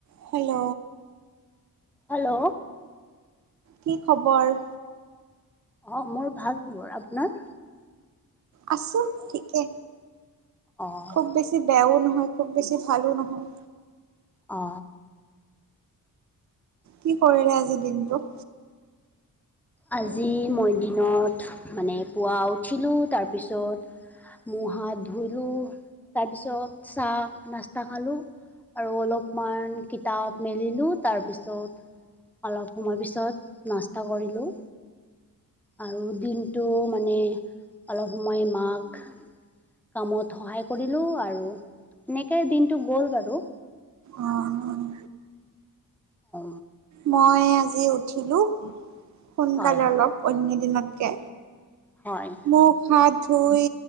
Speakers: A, on the right; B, in the centre.
A: Hello.
B: Hello.
A: কি খবৰ?
B: অ মোৰ ভাল খবৰ। আপোনাৰ?
A: আছো ঠিকে,
B: অঁ
A: খুব বেছি বেয়াও নহয় খুব বেছি ভালো নহয়।
B: অ।
A: কি কৰিলে আজি দিনটো?
B: আজি মই দিনত মানে পুৱা উঠিলোঁ তাৰপিছত মু হাত ধুলো, তাৰপিছত চাহ-নাস্তা খালো। আৰু অলপমান কিতাপ মেলিলো, তাৰপিছত অলপ সময় পিছত নাস্তা কৰিলো। আৰু দিনটো মানে অলপ সময় মাক কামত সহায় কৰিলো, আৰু এনেকে দিনটো গ'ল বাৰু।
A: অ',
B: অ।
A: মই আজি উঠিলো সোনকালে
B: হয়
A: অলপ অন্য দিনতকে।
B: হয়।
A: মুখ-হাত ধুই